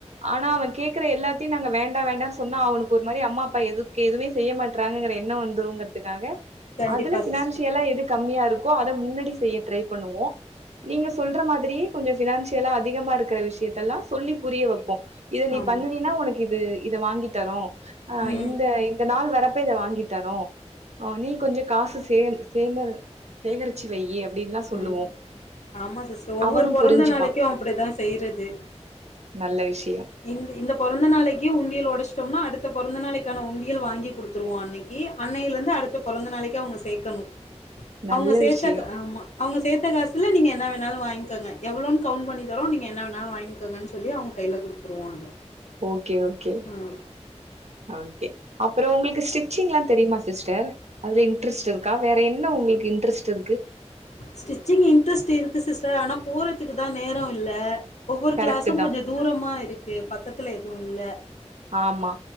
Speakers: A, on the right (about 70°); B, on the left (about 80°).
A: ஆனா அவ கேக்குற எல்லாத்தையு நாங்க வேண்டா வேண்டானு சொன்னா அவனுக்கு ஒரு மாரி அம்மா அப்பா எதுக்கு எதுவுமே செய்ய மாட்டே ங்கிற எண்ணோ வந்துங்குறதுக்காக
B: கண்டிப்பா
A: அதுல ஃபினான்சியலா
B: சிஸ்டர்
A: எது கம்மியா இருக் கோ அத முன்னாடி செய்ய ட்ரை பண்ணுவோ நீங்க சொல்ற மாதிரி கொஞ்சோ ஃப்னான்சியலா அதிகமா இருக்கற விஷ்யத்தெல்லா சொல்லி புரிய வப் இத நீ
B: ஆமா
A: பண்ணுனினா ஒனக்கு இது இத வாங்கி தரு ஆ
B: ம்
A: இந்த இந்த நாள் வரப் ப்ப இத வாங்கி தரு ஆ நீ கொஞ்சோ காசு சேந்தரு சேகரிச்சு வையி அப்டின்லா சொல்லுவோ
B: ம் ஆமா சிஸ்ட்ரு ஒவ்வொரு
A: அவனு
B: பொறந்த
A: புரிஞ்சுப்பா
B: நாளைக்கி அப்டிதா செய்றது
A: நல்ல விஷ்
B: இந்த இந்த பொறந்த நாளைக்கி உண்டியல் ஒடச்சிட்டோம்னா அடுத் த பொறந்த நாளைக்கான உண்டியல் வாங்கி குடுத்துருவோ அன்னைக்கி அன்னையில இருந்து அடுத்த பொறந்த நாளைக்கி அவுங்க சேக்கணு
A: நல்ல
B: அவுங்க சேத்த
A: விஷயோ
B: கா ஆமா அவுங்க சேத்த காசுல நீங்க என் ன வேணாலு வாங்கங்க எவ்ளோனு கவுண்ட் பண்ணி தரோ நீங்க என்ன வேண்ணாலு வாங்கங்கன்னு சொல்லி அவுங்க கையில குடுத்துருவோ அத
A: ஓகே ஓகே
B: ம்
A: ஓகே அப்றோ உங்களுக்கு ஸ்டிச்சிங் எல்லா தெரியுமா சிஸ் டர் அதுல இன்ட்ரெஸ்ட் இருக்கா வேற என்ன உங்களுக்கு இன்ட்ரெஸ்ட் இருக்கு
B: ஸ்டிச்சிங் இன்ட்ரெஸ்ட் இருக்கு சிஸ்டர் ஆனா போறதுக்கு தா நேரோ இல்ல ஒவ்வொரு
A: கரெக்ட்
B: கிளாஸ்சு
A: தா
B: கொஞ்சோ தூரமா இருக்கு பக்கத்துல எதுவு இல்ல
A: ஆமா